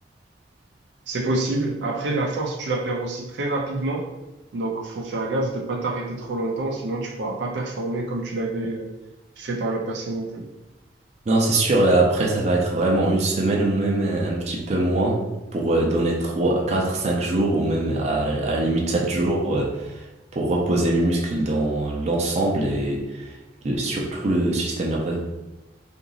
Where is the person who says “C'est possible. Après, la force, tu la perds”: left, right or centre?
Right